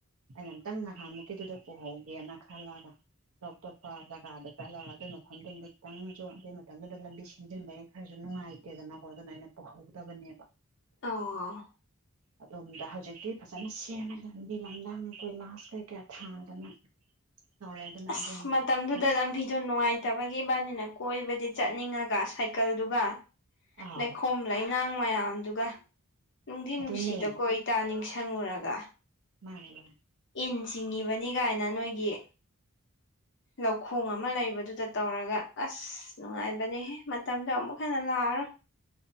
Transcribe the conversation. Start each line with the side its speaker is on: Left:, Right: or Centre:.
Right: ꯑꯩꯅ ꯑꯃꯇꯪ ꯅꯍꯥꯟꯃꯨꯛꯀꯤꯗꯨꯗ ꯄꯨꯍꯧꯗꯦꯅ ꯈꯜꯂꯒ ꯇꯣꯞ ꯇꯣꯠꯄ ꯖꯒꯥꯗ ꯆꯠꯂꯒ ꯌꯦꯡꯕ ꯈꯣꯠꯄꯁꯨ ꯌꯥꯝ ꯅꯨꯌꯥꯏꯌꯦꯕ ꯃꯐꯝꯗꯣ ꯈꯤꯇꯪꯁꯨ ꯑꯗꯨꯏ ꯃꯇꯝꯗꯨꯗ ꯂꯝꯕꯤ ꯁꯦꯝꯖꯤꯟꯕꯒꯤ ꯈꯔꯁꯨ ꯅꯨꯡꯉꯥꯏꯇꯦꯗꯅꯀꯣ ꯑꯗꯨꯅ ꯑꯩꯅ ꯄꯨꯍꯧꯗꯕꯅꯦꯕ
Left: ꯑꯣ <inaudible>
Right: ꯑꯗꯨꯣꯝꯗ ꯍꯧꯖꯤꯛꯇꯤ ꯐꯖꯅ ꯁꯦꯝꯃꯦꯗ ꯂꯝꯕꯤ ꯂꯝꯗꯥꯡ ꯀꯣꯏꯂꯥꯁ ꯀꯩꯀꯥ ꯊꯥꯗꯅ ꯇꯧꯔꯦ ꯑꯗꯨꯅ
Left: ꯑꯁ
Right: ꯑꯗꯣꯝꯗ
Left: ꯃꯇꯝꯗꯨꯗ
Right: ꯆꯠꯁꯤ
Left: ꯂꯝꯕꯤꯗꯨ ꯅꯨꯡꯉꯥꯏꯇꯕꯒꯤ ꯏꯕꯥꯅꯤꯅ ꯀꯣꯏꯕꯗꯤ ꯆꯠꯅꯤꯡꯉꯒ ꯁꯥꯏꯀꯜꯗꯨꯒ
Right: ꯑꯥꯎ
Left: ꯂꯩꯈꯣꯝ ꯂꯩꯅꯥꯡ ꯃꯌꯥꯝ ꯗꯨꯒ ꯅꯨꯡꯗꯤ ꯅꯨꯡꯁꯤꯗꯀꯣ
Right: ꯑꯗꯨꯅꯦ
Left: ꯑꯩ ꯇꯥ ꯅꯤꯡꯁꯤ ꯍꯪꯉꯨꯔꯒ
Right: ꯃꯥꯅꯦ ꯃꯥꯟ
Left: ꯏꯟ ꯆꯤꯡꯉꯤꯕꯅꯤ ꯒꯥꯏꯅ ꯅꯣꯏꯒꯤ ꯂꯧꯈꯣꯡ ꯑꯃ ꯂꯩꯕꯗꯨꯗ ꯇꯧꯔꯒ ꯑꯁ ꯅꯨꯡꯉꯥꯏꯕꯅꯦꯍꯦ ꯃꯇꯝꯗꯣ ꯑꯃꯨꯛ ꯍꯟꯅ ꯂꯥꯛꯑꯔꯣꯏ